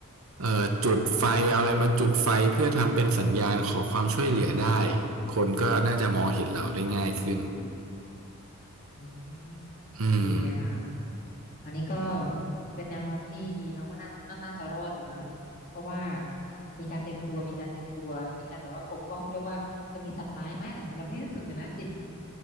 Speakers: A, on the right; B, on the left.
A: เอ่อจุดไฟเอาอะไรมาจุดไฟเพื่อทำเป็นสัญญาณขอความช่วยเหลือได้คนก็น่าจะมองเห็นเราได้ง่ายขึ้น
B: อืม
A: อืม
B: ดีเลยค่ะอันนี้ก็เป็นแนวโน้มที่ดีเนาะว่าน่าน่าน่าจะรอดอยู่เนาะเพราะว่ามีการเตรียมตัวมีการเตรียมตัวมีการแบบว่าปกป้องด้วยว่าจะมีสัตว์ร้ายไหมอะไรอย่างนี้เราไม่ได้นึกถึงเลยนะจริง